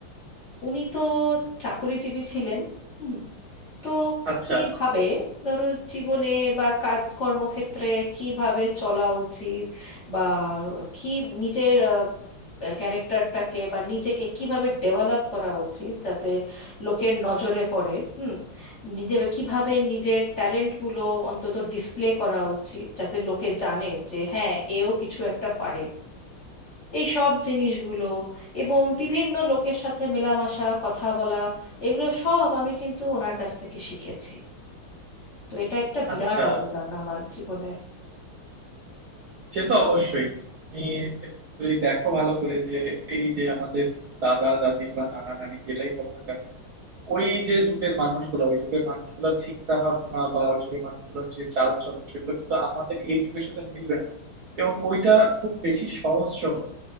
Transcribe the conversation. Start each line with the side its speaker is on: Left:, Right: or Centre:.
Left: উনি তো চাকরিজীবী ছিলেন হুম, তো
Right: আচ্ছা
Left: কিভাবে ধরো জীবনে বা কাজ কর্মক্ষেত্রে কিভাবে চলা উচিত বা কি নিজের ক্যারেক্টারটাকে বা নিজেকে কিভাবে ডেভেলপ করা উচিত যাতে লোকের নজরে পড়ে হুম নিজে কিভাবে নিজের ট্যালেন্টগুলো অন্তত ডিসপ্লে করা উচিত যাতে লোকে জানে যে হ্যাঁ এও কিছু একটা পারে এই সব জিনিসগুলো এবং বিভিন্ন লোকের সাথে মেলামেশা কথা বলা এগুলো সব আমি কিন্তু ওনার কাছ থেকে শিখেছি তো এটা একটা বিরাট
Right: আচ্ছা
Left: অবদান আমার জীবনে
Right: সে তো অবশ্যই তুমি যদি দেখো ভালো করে যে এই যে আমাদের দাদা দাদি বা নানা নানি যেটাই বলো না কেন ওই যে যুগের মানুষগুলো ওই যুগের মানুষগুলোর চিন্তা ভাবনা বা ওই যুগের মানুষগুলোর যে চাল চলন সেগুলো কিন্তু আমাদের এই যুগের সাথে মিলবে না এবং ওইটা খুব বেশি সহজ সরল